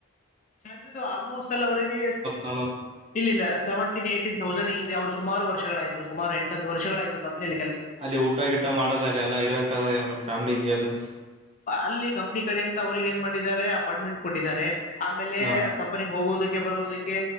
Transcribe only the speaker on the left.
ಎಂತಿದು ಆಲ್ಮೋಸ್ಟ್ ಎಲ್ಲ ಅವ್ರರಿಗೆ
ಇಲ್ಲಿಲ್ಲ ಸೆವೆಂಟೀನ್ ಈನೈಟಿನೀ ಥೋಯ್ಸಡಾ ಅವ್ ಸುಮಾರ ವರ್ಷಾಯಗಳು ಸುಮಾರು ಎಂಟು ಹತ್ತು ವರ್ಷಗಳಾಯ್ತು ಕಮ್ಮನಿಯಲ್ಲಿ
ಅಲ್ಲಿ ಕಂಪ್ನಿ ಕಡೆ ಇಂತ ಅವ್ರಿಗೆ ಏನ್ ಮಾಡಿದಿದ್ದಾರೆ ಅಪಾಯಿಂಟ್ಮೆಂಟ್ ಕೊಟ್ಟಿದ್ದಾರೆ ಆಮೇಲೆ
ಕಂಪನಿಗೆ ಹೋಗುವುದಕ್ಕೆ ಬರುವುದಕ್ಕೆ